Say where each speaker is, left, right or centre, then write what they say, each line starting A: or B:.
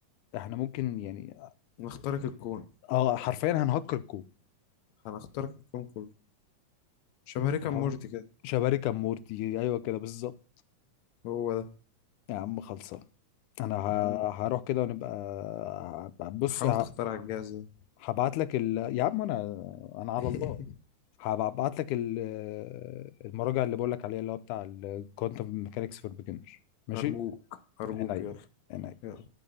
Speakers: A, on the left; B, on the left.
A: احنا ممكن يعني
B: نخترق الكون
A: اه حرفيا هنهكر الكون
B: هنخترق الكون كله شبه ريكا
A: فحوار
B: مورتي كده
A: شباري كمورتي ايوه كده بالظبط
B: هو ده
A: يا عم خلصان انا ه-
B: يا عم
A: هروح كده ونبقى بص
B: حاول تخترع الجهاز ده
A: هبعت لك ال... يا عم انا انا على
B: <laughs>
A: الله هبعت لك ال... المراجع اللي بقول لك عليها اللي هو بتاع الكوانتم ميكانكس فور بيجنر ماشي
B: أرجوك أرجوك
A: عينيا
B: يلا
A: عينيا
B: يلا